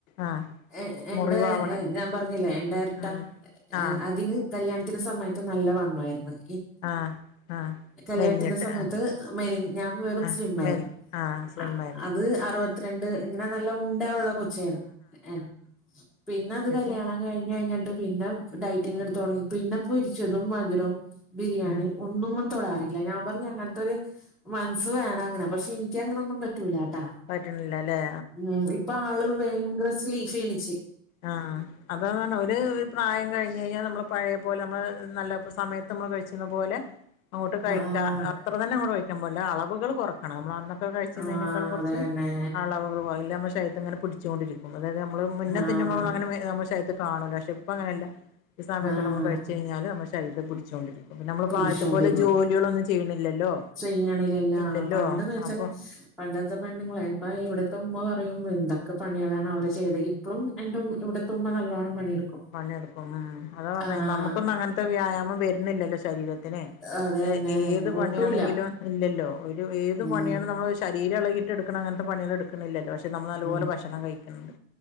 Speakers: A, on the left; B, in the centre.
A: ആഹ്
B: ഏഹ് എന്റെ
A: മുറിവാവണ
B: ഞാൻ പറഞ്ഞില്ലേ എന്റെ ട്ട
A: ഉം ആഹ്
B: അതിന് കല്യാണത്തിന്റെ സമയത്ത് നല്ല വണ്ണായിരുന്നന്
A: ആഹ് ആഹ്
B: കല്യാണത്തിന്റെ
A: മെലിഞ്ഞിട്ട്
B: സമയത്ത്
A: ആഹ്
B: മെലി ഞാൻ വെറും
A: ആഹ്
B: സ്ലിം ആയിരുന്നു
A: മെൽ സ്ലിം
B: ആഹ്
A: ആയിരുന്നു
B: അത് അറുവത്ത്രണ്ട് ഇങ്ങനെ നല്ല ഉ ഇവിടെ ഉള്ള കൊച്ചായിരുന്നു. ആഹ് പിന്ന അത്
A: ഇപ്പൊ
B: കല്യാണം കഴിഞ്ഞഴിഞ്ഞിട്ട് പിന്ന ഡയറ്റിങ്ങ് എടുത്ത് തൊടങ്ങി പിന്നെ പൊരിച്ചതും മധുരോം ബിരിയാണി
A: ഉം
B: ഒന്നുംങ്ങും തൊടാറില്ല. ഞാൻ പറഞ്ഞു അങ്ങനത്തൊരു മനസ്സ് വേണം അങ്ങനെ. പക്ഷെ ഇനി ക്ക അങ്ങനൊന്നും പറ്റൂല്ലാട്ടാ
A: പറ്റ്ണില്ലാ ല്ലേ?
B: ഉം ഇപ്പോ ആള് വയങ്കര സ്ലീ ക്ഷിണിച്ച്
A: ആഹ് അതതാണ്. ഒര് പ്രായം കഴിഞ്ഞഴിഞ്ഞാ നമ്മള് പഴയ പോലെ നമ്മള് നല്ല സമയത്ത് നമ്മള് കഴിച്ച്ചിരുന്ന പോലെ അങ്ങോട്ട് കഴിക്കാ
B: ആഹ്
A: അത്ര തന്നെ അങ്ങോട് കഴിക്കാൻ പാടില്ല അളവുകൾ കൊറക്കണമ്മൾ കഴിച്ചരിന്നേനെക്കാളും
B: ആഹ്
A: കൊറച്ച്
B: അതന്നെ
A: ആളവുകൾ പോ ഇല്ലേ നമ്മുടെ ശരീരത്തിൽ ഇങ്ങനെ പിടിച്ചുകൊണ്ടിരിക്ക് അതായത് നമ്മള് മുന്നെ
B: ആഹ്
A: തിന്നുമ്പോൾ അങ്ങനെ നമ്മടെ ശരീരത്ത് കാണൂല്ല. പക്ഷേ ഇപ്പ അങ്ങനെല്ല ഈ സമയത്തൊക്കെമ്മ
B: ആഹ്
A: കഴിച്ച ഴിഞ്ഞാല് നമ്മട ശരീരത്ത് പിടിച്ചോണ്ട് ഇര്ക്കും. പിന്നമ്മള് ഇപ്പാദ്യത്തെ
B: പിടിച്ചോണ്ടിരിക്കും
A: പോലെ ജോലികളൊന്നും ചെ ചെയ്യീണില്ലല്ലോ
B: ചെയ്യണില്ലല്ലാ
A: ഇല്ലല്ലോ
B: പണ്ട്ന്ന് വെച്ചാല്
A: അപ്പൊ
B: പണ്ടത്തെ പെണ്ണുങ്ങളെ ഇപ്പ ഇവിടത്തെ ഉമ്മ പറയും. എന്തൊക്കെ പണികളാണ് അവര് ചെയ്തേ ഇപ്പളും എന്റെ ഉ ഇവിടെത്തുമ്മ നല്ലോണം പണിയെടുക്കും.
A: പണിയെടുക്കും. ഉം. അതാ പറഞ്ഞേ
B: ആഹ്
A: നമുക്കൊന്നും അങ്ങനത്തെ വ്യായാമം വരുന്നില്ലല്ലോ ശരീര ത്തിനെ
B: അതന്നെ
A: ഏഹ് ഏത് പണിയാണെങ്കിലും
B: ഒട്ടൂല
A: ഇല്ലല്ലോ. ഒരു ഏത്
B: ഉം
A: പണിയാണ് നമ്മൾ ശ് ശരീര എളകീട്ടെടുക്കണങ്ങത്തെ പണ്യാള് എടുക്കു ക്കണില്ലല്ലോ. പക്ഷേ നമ്മള് നല്ലപോലെ
B: ഉം
A: ഭക്ഷണം കഴിക്കിണ്ട്.